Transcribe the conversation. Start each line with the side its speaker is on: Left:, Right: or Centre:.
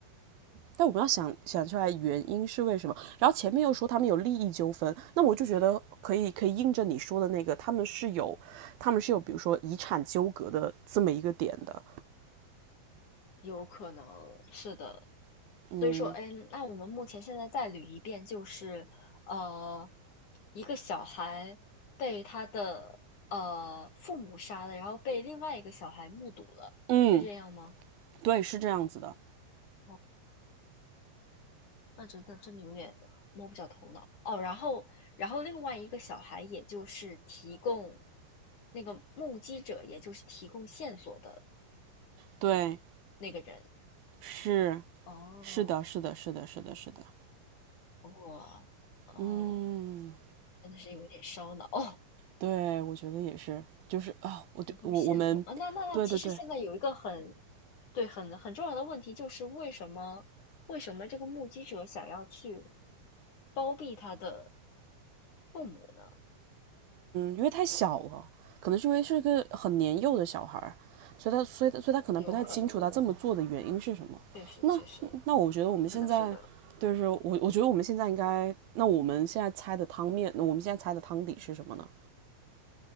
Right: 但我们要想想出来原因是为什么。然后前面又说他们有利益纠纷，那我就觉得可以可以印证你说的那个，他们是有他们是有比如说遗产纠葛的这么一个点的。
Left: 有可能是的。
Right: 嗯
Left: 所以说，嗯，那我们目前现在再捋一遍，就是呃，一个小孩被他的呃父母杀了，然后被另外一个小孩目睹了，
Right: 嗯，
Left: 是这样吗？
Right: 对，是这样子的，
Left: 哦，那真的真的有点摸不着头脑哦。然后，然后另外一个小孩，也就是提供那个目击者，也就是提供线索的
Right: 对，
Left: 那个人。
Right: 是
Left: 哦，
Right: 是的，是的，是的，是的，是的，
Left: 哇哦，
Right: 嗯，
Left: 真的是有点烧脑哦。
Right: 对，我觉得也是，就是啊、哦我就我我们，
Left: 提供线索啊，那那那，
Right: 对对对，
Left: 其实现在有一个很对很很重要的问题，就是为什么为什么这个目击者想要去包庇他的父母呢？
Right: 因为太小了，可能是因为是个很年幼的小孩儿，所以他所以他所以他可能不太清楚他这么做的原因是什么。
Left: 有可能，确实确实
Right: 那那我觉得我们现在就是我我觉得我们现在应该，
Left: 是的，是的。
Right: 那我们现在猜的汤面，那我们现在猜的汤底是什么呢？